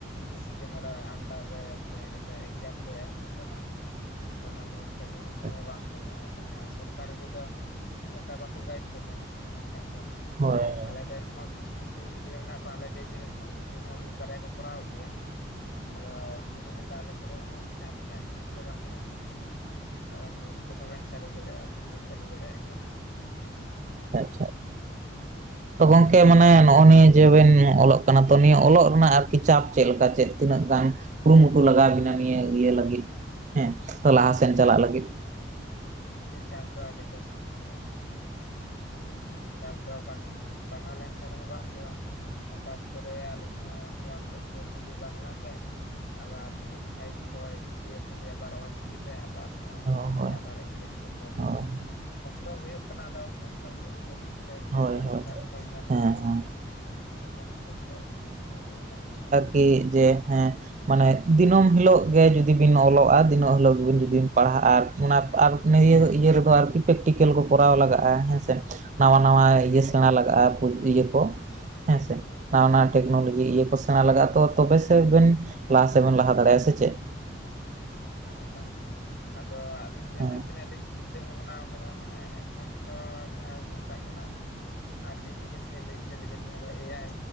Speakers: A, on the left; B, on the right.
A: ᱥᱤᱥᱤ ᱠᱮᱢᱮᱨᱟ ᱟᱱᱰᱟᱨ ᱨᱮ ᱛᱟᱸᱦᱮ ᱠᱟᱛᱮᱫ ᱮᱠᱡᱟᱢ ᱠᱚ ᱮᱢ ᱦᱩᱭᱩᱜ ᱛᱟᱢᱟ, ᱚᱚᱱᱚ ᱱᱳᱴ ᱪᱟᱹᱞᱩ ᱠᱚᱦᱚᱸ
B: ᱟᱪᱪᱷᱟ
A: ᱵᱟᱝ ᱧᱟᱢᱚᱜᱼᱟ ᱡᱟᱦᱟᱸ ᱥᱚᱨᱠᱟᱨᱤ ᱨᱮᱫᱚ ᱩᱱᱟᱹᱜ ᱴᱟ ᱵᱟᱠᱚ ᱜᱟᱭᱤᱰ ᱠᱚ ᱛᱟᱦᱮᱱᱟ। ᱧᱮᱞ ᱠᱟᱜ ᱠᱚᱣᱟᱞᱤᱧ᱾
B: ᱦᱳᱭ ᱟᱪᱪᱷᱟ
A: ᱟᱞᱮ ᱨᱮᱱ ᱦᱚᱸ ᱠᱤᱪᱷᱩ ᱠᱤᱪᱷᱩ ᱜᱤᱫᱽᱨᱟᱹ ᱢᱮᱱᱟᱜ ᱠᱚᱣᱟ ᱟᱞᱮ ᱵᱮᱪ ᱨᱮᱱ ᱦᱚᱸ ᱩᱱᱠᱩ ᱦᱚᱸ ᱢᱤᱫ ᱵᱟᱨᱭᱟ ᱠᱚ ᱠᱚᱨᱟᱣ ᱮᱫ ᱜᱮᱭᱟ᱾
B: <inaudible>
A: ᱟᱫᱚ ᱩᱱᱠᱩ ᱠᱚ ᱢᱮᱱᱫᱟ ᱟᱞᱮ ᱴᱷᱮᱡ ᱫᱚ ᱩᱱᱟᱹᱜ ᱪᱟᱯ ᱨᱮᱱᱟᱜ ᱡᱤᱱᱤᱥ ᱫᱚ ᱵᱟᱹᱱᱩᱜᱼᱟ, ᱟᱵᱮᱱ ᱱᱳᱴ ᱠᱚᱦᱚᱸ ᱵᱮᱱ ᱪᱟᱹᱞᱩ ᱫᱟᱲᱮᱭᱟᱜᱼᱟ ᱡᱩᱫᱤ ᱵᱮᱱ ᱪᱟᱹᱞᱩ ᱫᱟᱲᱮᱭᱟᱜ ᱠᱷᱟᱡ।
B: ᱟᱪᱪᱷᱟ। ᱛᱚ ᱜᱚᱝᱠᱮ ᱢᱟᱱᱮ ᱱᱚᱜᱼᱚ ᱱᱤᱭᱟᱹ ᱡᱮ ᱵᱮᱱ ᱚᱞᱚᱜ ᱠᱟᱱᱟ ᱛᱚ ᱱᱤᱭᱟᱹ ᱚᱞᱚᱜ ᱨᱮᱱᱟᱜ ᱟᱨᱠᱤ ᱪᱟᱯ ᱪᱮᱫ ᱞᱮᱠᱟ ᱪᱮᱫ ᱛᱤᱱᱟᱹᱜ ᱜᱟᱱ? ᱠᱩᱨᱩᱢᱩᱴᱩ ᱞᱟᱜᱟᱣ ᱵᱤᱱᱟ ᱱᱤᱭᱟᱹ ᱤᱭᱟᱹ ᱞᱟᱹᱜᱤᱫ ᱦᱮᱸ, ᱛᱚ ᱞᱟᱦᱟ ᱥᱮᱱ ᱪᱟᱞᱟᱜ ᱞᱟᱹᱜᱤᱫ᱾
A: ᱠᱮ ᱪᱟᱯ ᱫᱚ ᱟᱹᱰᱤ ᱡᱟᱹᱥᱛᱤ ᱜᱮᱭᱟ। ᱟᱞᱤᱧ ᱜᱮᱞᱤᱧ ᱢᱮᱱᱟ ᱪᱟᱯ ᱫᱚ ᱵᱟᱝ ᱯᱟᱲᱦᱟᱣ ᱞᱮᱱᱠᱷᱟᱡ ᱨᱮᱦᱚᱸ ᱵᱟᱝ ᱦᱩᱭᱩᱜᱼᱟ। ᱦᱚᱴᱟᱛ ᱠᱚᱨᱮ ᱟᱹᱞᱤᱧ ᱦᱚᱸ ᱚᱣᱟᱱ ᱠᱷᱚᱡ ᱯᱷᱳᱨ ᱫᱷᱟᱹᱵᱤᱡ ᱵᱟᱝᱞᱟᱛᱮ ᱟᱵᱟᱨ ᱯᱷᱟᱭᱤᱵ ᱠᱷᱚᱡ ᱴᱩᱭᱮᱞᱵ ᱫᱷᱟᱹᱵᱤᱡ ᱚᱞ ᱪᱤᱠᱤᱛᱮ ᱟᱵᱟᱨ ᱱᱚᱜ-ᱚᱭ
B: ᱦᱳᱭ
A: ᱠᱚᱞᱮᱡᱽ
B: ᱦᱳᱭ
A: ᱨᱮ ᱟᱵᱟᱨ ᱤᱝᱞᱤᱥ ᱛᱮ ᱛᱚ ᱱᱤᱛᱚᱜ
B: ᱦᱳᱭ
A: ᱠᱚᱥᱴᱚ ᱦᱩᱭᱩᱜ ᱠᱟᱱᱟ ᱟᱫᱚ ᱠᱚᱥᱴᱚ ᱦᱩᱭᱩᱜ ᱨᱮᱜᱮᱢ ᱪᱤᱠᱟᱭᱟ, ᱠᱚᱥᱴᱚ
B: ᱦᱳᱭ
A: ᱞᱮᱱᱠᱟᱱ
B: ᱦᱳᱭ
A: ᱯᱷᱚᱞ ᱧᱟᱢᱚᱜ
B: ᱦᱮᱸ
A: ᱜᱮᱭᱟ।
B: ᱦᱮᱸ
A: ᱮᱸᱰᱮᱠᱷᱟᱱ ᱠᱚᱥᱴᱚᱜ ᱫᱚ ᱦᱩᱭᱩᱜ ᱠᱟᱱ ᱜᱮᱭᱟ।
B: ᱠᱤ ᱡᱮ ᱦᱮᱸ ᱢᱟᱱᱮ ᱫᱤᱱᱟᱹᱢ ᱦᱤᱞᱳᱜ ᱜᱮ ᱡᱩᱫᱤ ᱵᱤᱱ ᱚᱞᱚᱜᱼᱟ, ᱫᱤᱱᱟᱹᱢ ᱦᱤᱞᱳᱜ ᱵᱤᱱ ᱡᱩᱫᱤ ᱵᱤᱱ ᱯᱟᱲᱦᱟᱜᱼᱟ ᱟᱨ ᱚᱱᱟ ᱟᱨ ᱱᱤᱭᱟᱹ ᱤᱭᱟᱹ ᱨᱮᱫᱚ ᱟᱨᱠᱤ ᱯᱮᱠᱴᱤᱠᱮᱞ ᱠᱚ ᱠᱚᱨᱟᱣ ᱞᱟᱜᱟᱜᱼᱟ ᱦᱮᱸᱥᱮ ᱱᱟᱣᱟ ᱱᱟᱣᱟ ᱤᱭᱟᱹ ᱥᱮᱬᱟ ᱞᱟᱜᱟᱜᱼᱟ ᱯᱩ ᱤᱭᱟᱹ ᱠᱚ, ᱦᱮᱸᱥᱮ᱾ ᱱᱟᱣᱟ ᱱᱟᱣᱟ ᱴᱮᱠᱱᱳᱞᱚᱡᱤ ᱤᱭᱟᱹ ᱠᱚ ᱥᱮᱬᱟ ᱞᱟᱜᱟᱜᱼᱟ ᱛᱚ, ᱛᱚᱵᱮ ᱥᱮ ᱵᱮᱱ ᱞᱟᱦᱟ ᱥᱮᱫ ᱵᱮᱱ ᱞᱟᱦᱟ ᱫᱟᱲᱮᱭᱟᱜᱼᱟ ᱥᱮ ᱪᱮᱫ᱾
A: ᱦᱩᱸ ᱚᱱᱟ ᱢᱟ ᱠᱟᱱ ᱜᱮᱭᱟ, ᱟᱫᱚ ᱟᱹᱞᱤᱧ ᱡᱟᱦᱟᱸ
B: ᱦᱮᱸ
A: ᱛᱤᱱᱟᱹᱜ ᱞᱤᱧ ᱪᱤᱱ ᱛᱟᱹ ᱵᱷᱟᱵᱽᱱᱟᱣ ᱠᱟᱫᱟ ᱢᱟᱱᱮ ᱮᱠᱷᱚᱱ ᱫᱚ ᱡᱟᱦᱟᱸ ᱫᱚᱠᱚ ᱢᱮᱛᱟᱜ ᱠᱟᱱᱟ ᱟᱨᱴᱤᱯᱷᱤᱠᱮᱥᱮᱞ ᱤᱱᱴᱮᱞᱤᱡᱮᱱᱥ ᱡᱟᱦᱟᱸ ᱫᱚ ᱮ ᱟᱭ,